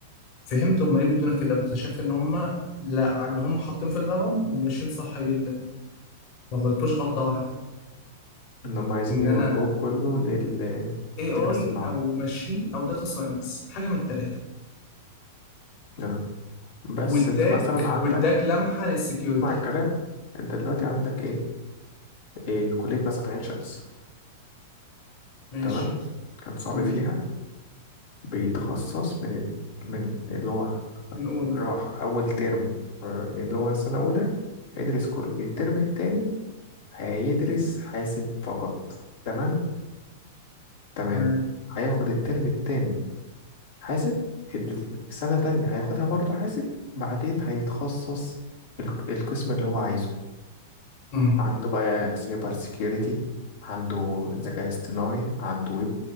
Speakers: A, on the left (about 50°); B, on the left (about 70°).
A: فهمت هم ليه بيدونا كده واكتشفت ان هم لا على اللي هم حاطينه في دماغهم هم ماشيين صح جدا ما غلطوش غلطه واحده
B: ان هم عايزين
A: ان
B: يوجهوك
A: انا
B: كله للذكاء
A: اي اي
B: الاصطناعي
A: او ماشين او داتا ساينس حاجه من الثلاثه
B: آه. بس
A: واداك
B: انت مثلا عندك
A: واداك لمحه للسكيورتي
B: اسمع الكلام انت دلوقتي
A: اوكي
B: عندك ايه, إيه كلية مثلا عين شمس
A: ماشي
B: تمام كان صعب
A: تمام
B: فيها بيتخصص من ال- من اللي هو
A: من اولى
B: راح أول ترم آه، اللي هو سنة أولى هيدرس كله الترم التاني هيدرس حاسب فقط تمام تمام
A: تمام
B: هياخد الترم التاني حاسب ال- السنة تانية هياخدها برضه حاسب بعدين هيتخصص الق- القسم اللي هو عايزه
A: امم
B: عنده بقى سايبر سيكيورتي عنده ذكاء اصطناعي عنده ويب